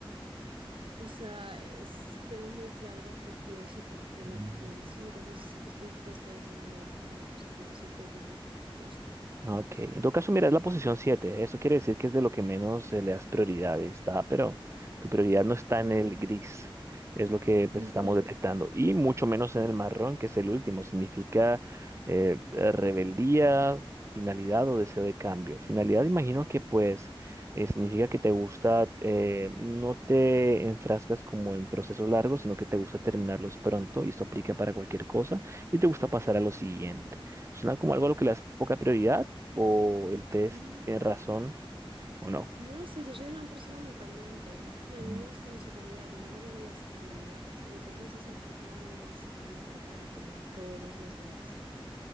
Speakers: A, on the right; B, on the right.
A: O sea, es- tengo muy claro lo que pienso y por qué lo
B: Mm.
A: pienso, entonces sí que estoy dispuesta a defender una posición, sí creo que es la justa.
B: Ah, Ok, en todo caso, mira, es la posición 7. Eso quiere decir que es de lo que menos eh, le das prioridad, está, pero tu prioridad no está
A: Ujú.
B: en el gris, es lo que pues
A: <laughs>
B: estamos detectando,
A: No.
B: y mucho menos en el marrón, que es el último. Significa eh, eh, rebeldía, finalidad o deseo de cambio. Finalidad, imagino que pues eh, significa que te gusta, eh, no te enfrascas como en procesos largos, sino que te gusta terminarlos pronto, y esto aplica para cualquier cosa, y te gusta pasar a lo siguiente. Suena como algo a lo que le das poca prioridad o el test
A: Mm,
B: tiene razón o no.
A: No lo sé, yo soy una persona muy cambiante, ¿eh? Y a
B: Mm,
A: mí me gusta mucho cambiar, no valoro la estabilidad, entonces esa quizá no es tan acertada como todas las demás.